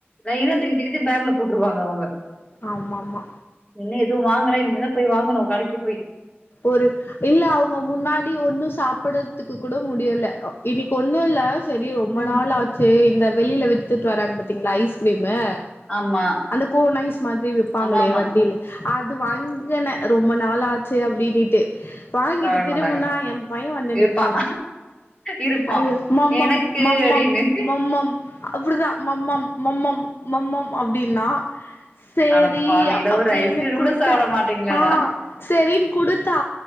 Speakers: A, on the left; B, on the left.
A: லைனா தூக்கி தூக்கி பேக்ல போட்டுருவாங்க அவங்க
B: ஆமாமா
A: இன்னு எதுவூ வாங்கலே இனிமேதா போய் வாங்கணூ கடைக்கு போய்
B: ஒரு இல்ல அவுங்க முன்னாடி ஒன்னு சாப்படதுக்கு கூட முடியல இன்னைக்கு ஒன்னூல்ல செரி ரொம்ப
A: ம்.
B: நாள் ஆச்சே இந்த வெளியில வித்துட்டு வராங்க பாத்தீங்ளா ஐஸ்கிரீம் மே
A: ஆமா.
B: அந்த கோனைஸ் மாத்ரி விப்பாங்களே
A: ஆமாமா.
B: வண்டில் அது வங்கின ரொம்ப நாள் ஆச்சு அப்டி நீட்டு வாங்கிட்டு
A: சாப்பிட
B: திரும்பனா
A: மாட்டாங்க.
B: எம்பைய வந்து
A: இருப்பான்
B: நிப்பானா
A: இருப்பான்.
B: ஐய மம்மம்
A: எனக்கு
B: மம்மம்
A: அப்டின்னு.
B: மம்மம் அப்டிதா மம்மம் மம்மம் மம்மம் அப் அப்டின்னா சேரி
A: அட பாவிங்களா
B: அப்புடின்னு
A: ஒரு ஐஸ்கிரீம் கூட
B: குடுத்தா
A: சாப்ட மாட்டீங்களாடா
B: ஆ செரினு குடுத்தா